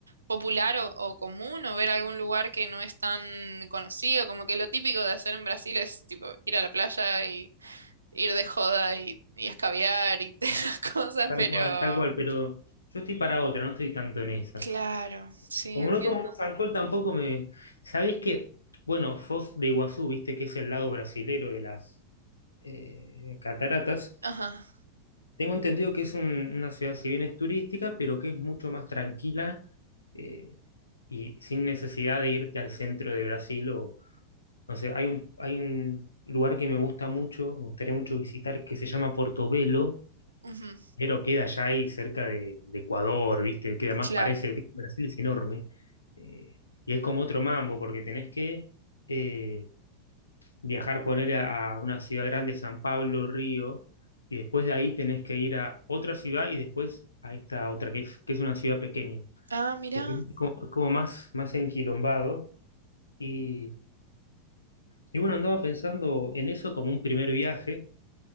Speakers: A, on the right (about 75°); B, on the left (about 80°).
A: popular o, o común, o ver algún lugar que no es tan conocido, como que lo típico de hacer en Brasil es tipo ir a la playa y ir de joda y, y escabiar y <laughs> esas cosas,
B: Tal
A: pero
B: cual, tal cual, pero yo estoy para otra, no estoy tanto en esas.
A: claro, sí,
B: Como
A: entiendo.
B: no tomo mucho alcohol tampoco me... ¿Sabés qué? Bueno, Foz de Iguazú, viste que es el lado brasilero de las eh, cataratas.
A: Ajá,
B: Tengo entendido que es un- una ciudad, si bien es turística, pero que es mucho más tranquila eh, y sin necesidad de irte al centro de Brasil o, no sé, hay un, hay un lugar que me gusta mucho, me gustaría mucho visitar, que se llama Portobelo,
A: ujú,
B: pero queda allá ahí cerca de, de Ecuador, ¿viste? Que además
A: claro.
B: parece, Brasil es enorme. eh, y es como otro mambo, porque tenés que... eh, viajar, poner a, a una ciudad grande, San Pablo, Río, y después de ahí tenés que ir a otra ciudad y después a esta otra, que es, que es una ciudad pequeña,
A: Ah, mira,
B: porque es como, es como más, más enquilombado. Y, y bueno, andaba pensando en eso como un primer viaje.